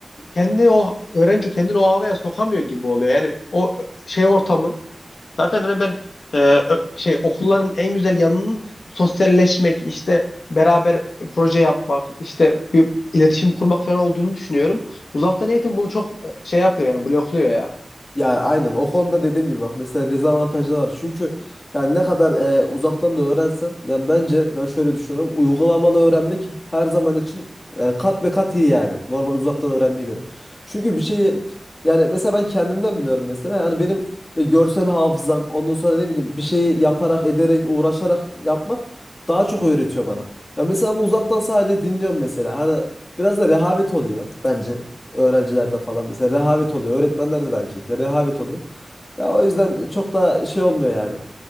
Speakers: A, on the left; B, on the left.
A: kendini o öğrenci kendini o havaya sokamıyor gibi oluyor. Yani o şey ortamı Zaten hani ben e, ö- şey okulların en güzel yanının sosyalleşmek, işte beraber proje yapmak, işte bir iletişim kurmak falan olduğunu düşünüyorum. Uzaktan eğitim bunu çok e, şey yapıyor yani blokluyor ya.
B: Ya aynen o konuda dediğim gibi bak mesela dezavantajları var. Çünkü yani ne kadar e, uzaktan da öğrensen yani bence ben şöyle düşünüyorum. Uygulamalı öğrenmek her zaman için e, kat be kat iyi yani normal uzaktan öğrenmeye göre. Çünkü bir şeyi yani mesela ben kendimden biliyorum mesela yani benim böyle görsel hafızam ondan sonra ne bileyim bir şeyi yaparak ederek uğraşarak yapmak daha çok öğretiyor bana. Ya mesela ama uzaktan sadece dinliyorum mesela. Hani biraz da rehavet oluyor bence öğrencilerde falan mesela rehavet oluyor. Öğretmenlerde de aynı şekilde rehavet oluyor. Ya o yüzden çok da şey olmuyor yani.